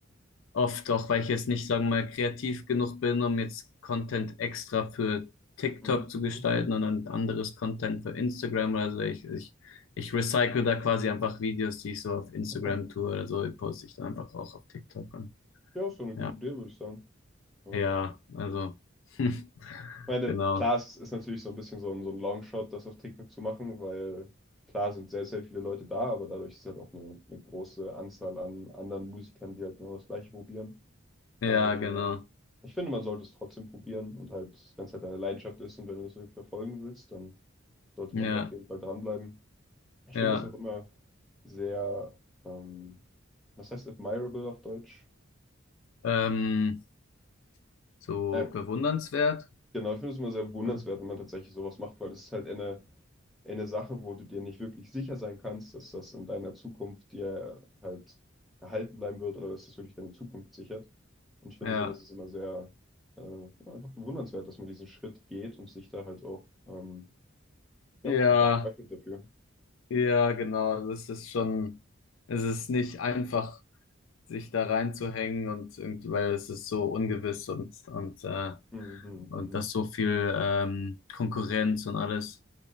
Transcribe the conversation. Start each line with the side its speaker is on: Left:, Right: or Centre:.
Left: Oft auch, weil ich jetzt nicht, sagen wir mal, kreativ genug bin, um jetzt Content extra für TikTok
Centre: Mhm.
Left: zu gestalten und dann anderes Content für Instagram. Also ich, ich, ich recycle da quasi einfach Videos, die ich so auf Instagram
Centre: <laughs>
Left: tue oder so, die poste ich dann einfach auch auf TikTok an.
Centre: Ja, ist doch eine gute
Left: Ja,
Centre: Idee, würde ich sagen. Ähm,
Left: ja, also, <laughs>
Centre: Ich meine,
Left: genau.
Centre: klar, es ist natürlich so ein bisschen so ein, so ein Longshot, das auf TikTok zu machen, weil klar sind sehr, sehr viele Leute da, aber dadurch ist halt auch eine, eine große Anzahl an anderen Musikern, die halt genau das Gleiche probieren.
Left: Ja,
Centre: Aber
Left: genau.
Centre: ich finde, man sollte es trotzdem probieren und halt, wenn es halt deine Leidenschaft ist und wenn du das wirklich verfolgen willst, dann sollte
Left: Ja,
Centre: man da auf jeden Fall dranbleiben. Ich
Left: ja.
Centre: finde das auch immer sehr, ähm, was heißt admirable auf Deutsch?
Left: Ähm, so
Centre: Ja,
Left: bewundernswert.
Centre: genau, ich finde es immer sehr bewundernswert,
Left: Äh,
Centre: wenn man tatsächlich sowas macht, weil es ist halt eine eine Sache, wo du dir nicht wirklich sicher sein kannst, dass das in deiner Zukunft dir halt erhalten bleiben wird oder dass das wirklich deine Zukunft sichert. Und ich finde,
Left: Ja,
Centre: sowas ist immer sehr äh, ja, einfach bewundernswert, dass man diesen Schritt geht und sich da halt auch ähm, ja,
Left: ja.
Centre: einfach öffnet dafür.
Left: Ja, genau. Also es ist schon, es ist nicht einfach, sich da reinzuhängen und irgendwie, weil es ist so ungewiss und und äh,
Centre: Mhm, mhm,
Left: und
Centre: mhm.
Left: das so viel ähm, Konkurrenz und alles.